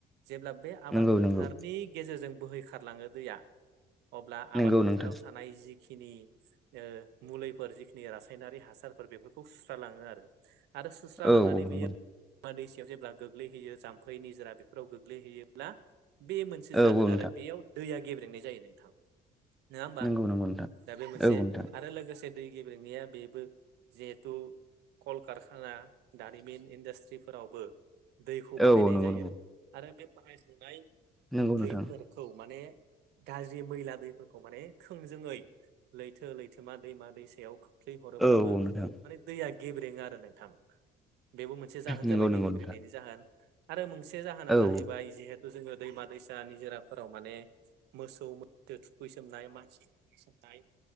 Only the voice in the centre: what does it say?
नंगौ
नंगौ
नंगौ
नोंथां
औ
औ नंगौ
औ
औ नोंथां
नंगौ नंगौ नोंथां
औ नोंथां
औ औ नंगौ
नंगौ
नंगौ
नोंथां
औ औ नोंथां
नंगौ नंगौ
नोंथां
औ
औ